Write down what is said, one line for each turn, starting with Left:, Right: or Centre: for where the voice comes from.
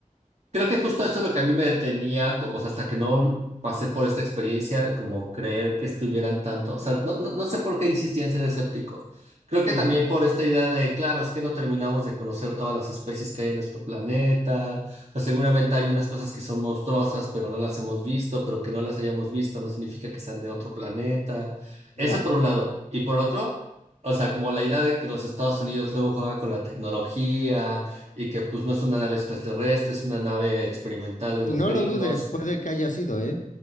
Right: Creo que justo eso es lo que a mí me detenía, co- o sea, hasta que no pasé por esta experiencia, como creer que estuvieran tanto, o sea, no, no, no sé por qué insistía en ser escéptico. Creo que
Left: Ujú,
Right: también por esta idea de, claro, es que no terminamos de conocer todas las especies que hay en nuestro planeta, o sea, seguramente hay unas cosas que son monstruosas, pero no las hemos visto, pero que no las hayamos visto no significa que sean de otro planeta.
Left: Mira,
Right: Eso por un lado. Y por otro, o sea, como la idea de que los Estados Unidos luego juega con la tecnología y que pues no es una nave extraterrestre, es una nave experimental de
Left: y
Right: los
Left: no
Right: gringos.
Left: lo dudes, puede que haya sido, ¿eh?